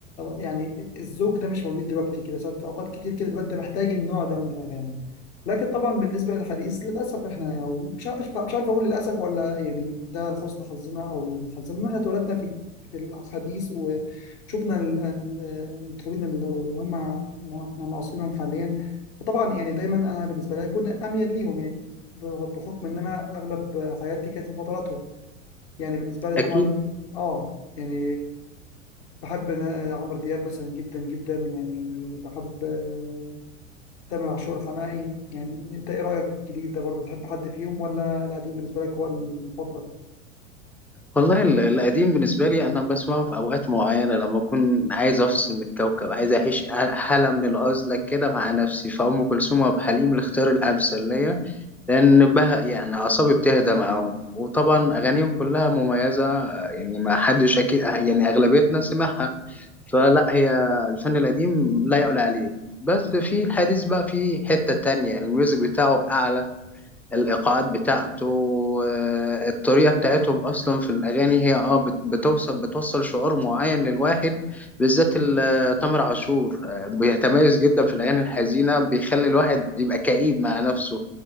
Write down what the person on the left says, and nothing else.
يعني الذوق ده مش موجود دلوقتي كده ساعات اوقات كتير كده تبقى انت محتاج النوع ده من الاغاني لكن طبعا بالنسبه للحديث للاسف احنا يعني مش عارف مش عارف اقول للاسف ولا يعني ده لحسن حظنا او من حظنا ان احنا اتولدنا في في الحديث وشفنا ال- ال- المطربين اللي هم م- احنا معاصرينهم حاليا فطبعا يعني دايما انا بالنسبه لي هيكون اميل ليهم يعني ب- بحكم ان انا اغلب حياتي كانت في فتراتهم يعني بالنسبه لي طبعا
اه يعني بحب ن- عمرو دياب مثلا جدا جدا يعني بحب آه، تامر عاشور حماقي يعني انت ايه رأيك في الجديد ده برضه بتحب حد فيهم ولا القديم بالنسبة لك هو المفضل